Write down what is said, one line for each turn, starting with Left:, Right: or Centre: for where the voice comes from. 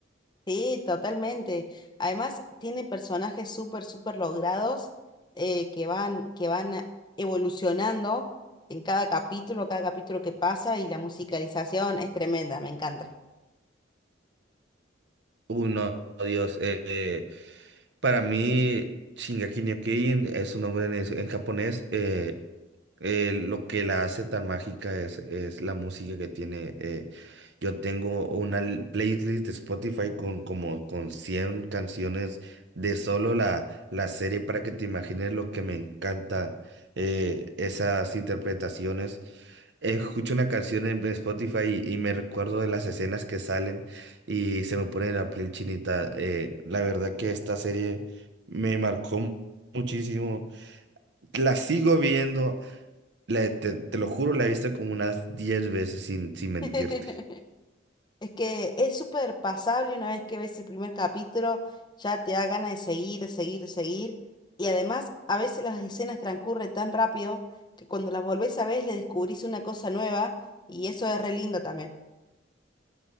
Left: Sí, totalmente. Además, tiene personajes súper, súper logrados eh, que van, que van a- evolucionando en cada capítulo, cada capítulo que pasa y la musicalización es tremenda, me encanta.
Right: Uy, no, Dios, eh, eh, para mí Shingeki no Kyojin es su nombre en, es- en japonés, eh, eh, lo que la hace tan mágica es, es la música que tiene. eh, yo tengo una l- playlist de Spotify con como con 100 canciones de solo la, la serie para que te imagines lo que me encanta eh, esas interpretaciones. Eh, Escucho una canción en Spotify y, y me recuerdo de las escenas que salen y se me pone la piel chinita. eh, la verdad que esta serie me marcó mu- muchísimo. La sigo viendo la- te, te lo juro, la he visto como unas 10 veces sin, sin
Left: <laughs>
Right: mentirte.
Left: Es que es súper pasable una vez que ves el primer capítulo, ya te da ganas de seguir, seguir, seguir. Y además, a veces las escenas transcurren tan rápido que cuando las volvés a ver le descubrís una cosa nueva y eso es re lindo también.